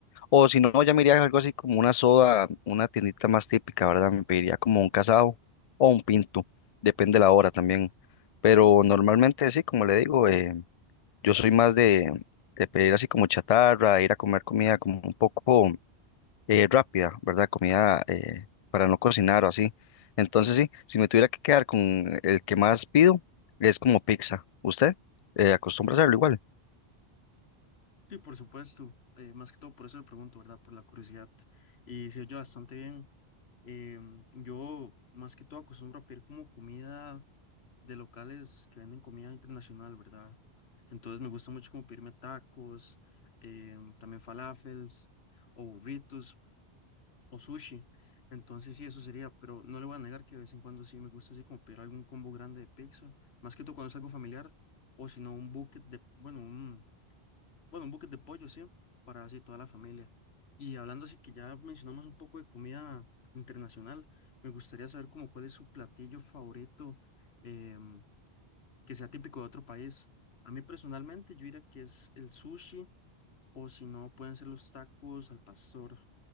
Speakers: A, on the left (about 55°); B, on the left (about 75°).
A: O si no, ya me iría algo así como una soda, una tiendita más típica, ¿verdad? Me pediría como un casado o un pinto, depende de la hora también. Pero normalmente sí, como le digo, eh, yo soy más de, de pedir así como chatarra, ir a comer comida como un poco eh, rápida, ¿verdad? Comida eh, para no cocinar o así. Entonces sí, si me tuviera que quedar con el que más pido, es como pizza. ¿Usted eh, acostumbra a hacerlo igual?
B: Sí, por supuesto, eh, más que todo por eso le pregunto, ¿verdad? Por la curiosidad. Y se oye bastante bien. Em, yo más que todo acostumbro a pedir como comida de locales que venden comida internacional, ¿verdad? Entonces me gusta mucho como pedirme tacos, em, también falafels, o burritos, o sushi. Entonces sí, eso sería, pero no le voy a negar que de vez en cuando sí me gusta así como pedir algún combo grande de pizza, más que todo cuando es algo familiar, o si no un bucket de, bueno, un, bueno, un bucket de pollo, sí, para así toda la familia. Y hablando así que ya mencionamos un poco de comida internacional, me gustaría saber como cuál es su platillo favorito, em, que sea típico de otro país. A mí personalmente yo diría que es el sushi o si no pueden ser los tacos al pastor.